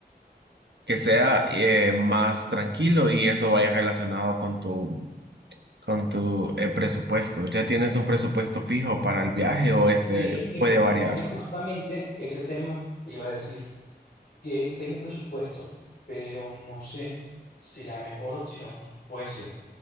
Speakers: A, on the right; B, on the left.
A: que sea eh, más tranquilo y eso vaya relacionado con tu con tu eh, presupuesto. ¿Ya tienes un presupuesto fijo para el viaje o este
B: Y es que,
A: puede
B: ju-
A: variar?
B: es que justamente ese tema te iba a decir. que tengo un presupuesto, pero no sé si la mejor opción fuese